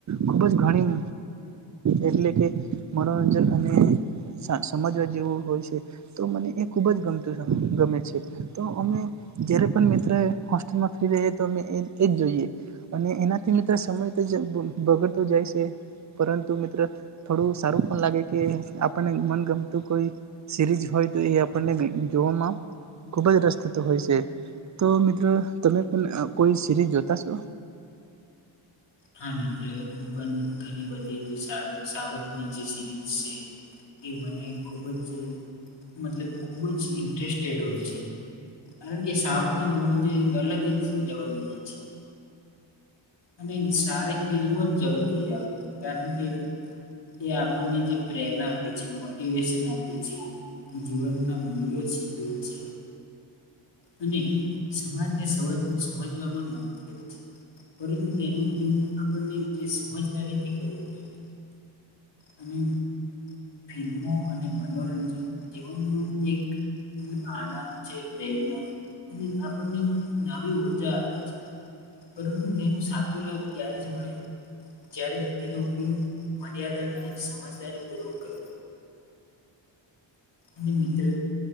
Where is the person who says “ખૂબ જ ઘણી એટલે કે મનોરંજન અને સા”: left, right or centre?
Right